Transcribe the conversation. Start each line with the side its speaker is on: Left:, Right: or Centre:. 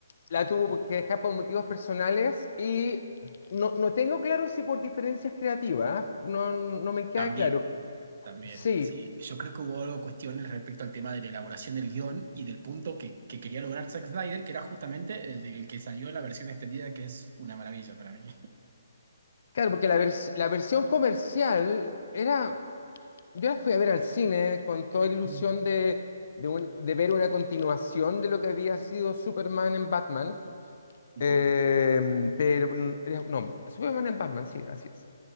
Left: la tuvo
Right: eh,
Left: que dejar por motivos personales y no, no tengo claro si por diferencias creativas, ¿eh? no, no me queda
Right: también.
Left: claro.
Right: También,
Left: Sí,
Right: sí. Yo creo que hubo algo cuestiones respecto al tema de la elaboración del guión y del punto que, que quería lograr Zack Snyder, que era justamente el del que salió la versión extendida, que es una maravilla para mí.
Left: claro, porque la, vers- la versión comercial era, yo la fui a ver al cine con toda la ilusión
Right: Ujú,
Left: de, de, un- de ver una continuación de lo que había sido Superman en Batman,
Right: ujú.
Left: Eh, pero mm, no, Superman en Batman, sí, así es.